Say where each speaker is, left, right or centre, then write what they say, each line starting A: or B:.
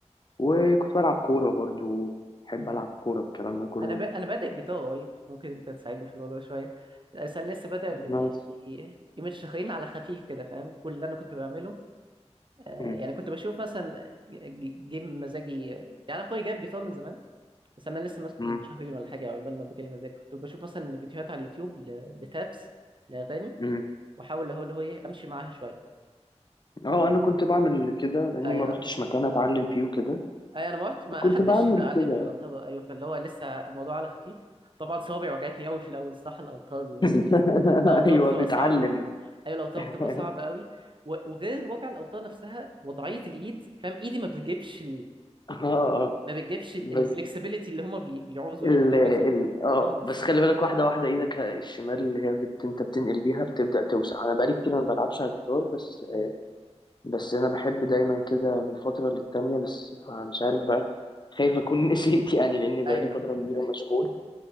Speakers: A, on the left; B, on the right.
A: وكنت بلعب كورة برضو بحب
B: آه.
A: ألعب كورة الكلام ده كله
B: أنا ب... أنا بادئ الجيتار قريب ممكن أنت تساعدني في الموضوع شوية بس أنا لسه بادئ من
A: نايس
B: يجي- يومين شهرين على خفيف كده فاهم كل اللي أنا كنت بعمله آه،
A: مم.
B: يعني كنت بشوف مثلا ج- ج- جيم مزاجي يعني اخويا جايب جيتار من زمان بس انا لسه ماسكه
A: مم.
B: من شهرين ولا حاجه عقبال ما بجالي مزاج كنت بشوف مثلا فيديوهات على اليوتيوب ل- لتابس لاغاني
A: مم.
B: واحاول هو اللي هو ايه امشي معاها شويه
A: اه أنا كنت بعمل كده لأني
B: ايوه
A: ما روحتش مكان أتعلم فيه وكده
B: ايوه انا ما رحت ما
A: وكنت
B: حدش
A: بعمل
B: علمني
A: كده
B: يعتبر ايوه فاللي هو لسه الموضوع على خفيف طبعا صوابعي وجعتني قوي في الاول الصح الاوتار
A: <laughs>
B: الاوتار
A: ايوه
B: بتبقى
A: بتعلم
B: صعب ايوه الاوتار
A: <laughs>
B: بتبقى صعبه قوي و- وغير وجع الاوتار نفسها وضعيه الايد فاهم ايدي ما بتجيبش
A: اه
B: ما بتجيبش الفلكسبيليتي
A: بس
B: اللي هما بي... بيعوزوا
A: ال
B: يعملوها
A: ال
B: دي
A: اه
B: خالص
A: بس خلي بالك واحدة واحدة ايدك الشمال اللي هي بت... انت بتنقل بيها بتبدأ توسع انا بقالي كتير ما بلعبش على الجيتار بس
B: أيوة.
A: بس انا بحب دايما كده من فترة للتانية بس مش عارف بقى خايف اكون <laughs> نسيت يعني لان بقالي
B: ايوه
A: فترة كبيرة مشغول